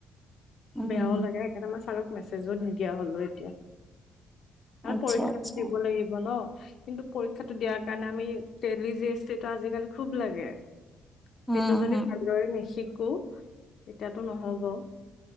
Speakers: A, in the centre; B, on the left.
A: উম
B: বেয়াও লাগে। এতিয়া, মই ছাৰক মেছেজো নিদিয়া হ'লো, এতিয়া। মানে,
A: আচ্ছা
B: পৰীক্ষাটো
A: আচ্ছা
B: দিব লাগিব, ন। কিন্তু, পৰীক্ষাটো দিয়াৰ কাৰণে, আমি টেলি জি এছ টি টো, আজিকালি, খুব লাগে।
A: উম
B: সেইটো যদি,
A: হম
B: ভালদৰে নিশিকো, তেতিয়াতো নহব।